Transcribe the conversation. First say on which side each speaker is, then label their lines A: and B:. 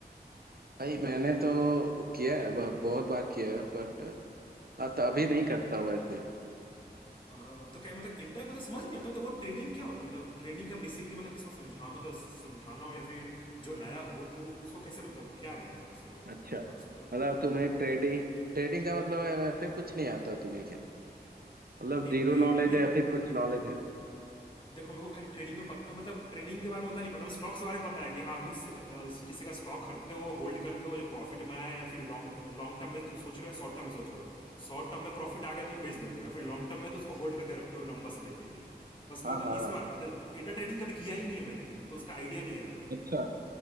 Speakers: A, on the right; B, on the left.
A: भाई मैंने तो किया है ब- बहुत बार किया है बट हाँ, तो अभी नहीं करता वैसे
B: अ, तो क्या मतलब इंटर मतलब समझ नहीं आता तो वो ट्रेडिंग क्या होता है मतलब ट्रेडिंग का बेसिकली मतलब किसी को समझा मतलब समझाना हो या फिर जो नया हो तो उसको कैसे मतलब क्या रहेगा वो उसके बारे में
A: अच्छा मतलब
B: थोड़ा समझाओ
A: तुम्हें ट्रेडिंग ट्रेडिंग का मतलब है वैसे कुछ नहीं आता तुम्हें क्या मतलब
B: नहीं
A: जीरो
B: ट्रेडिंग
A: नॉलेज
B: मैं
A: है या फिर कुछ नॉलेज है
B: देखो मेरे को खाली ट्रेडिंग में पता है मतलब ट्रेडिंग के बारे में उतना नहीं पता मैं स्टॉक्स के बारे में पता है कि हाँ कुछ से- अ, किसी का स्टॉक खरीदते हो होल्ड करते हो जो प्रॉफिट में आया या फिर लॉन्ग लॉन्ग टर्म में तुम सोच रहे हो या शॉर्ट टर्म में सोच रहे हो शॉर्ट टर्म में प्रॉफिट आ गया तुम बेच देते हो या फिर लॉन्ग टर्म में तो उसको होल्ड करके रखते हो लंबा समय के लिए बस मैं
A: हाँ
B: तो
A: हाँ
B: इसके बारे में मतलब इंटर ट्रेडिंग कभी किया ही नहीं है मैंने तो उसका आइडिया नहीं है मेरे को
A: अच्छा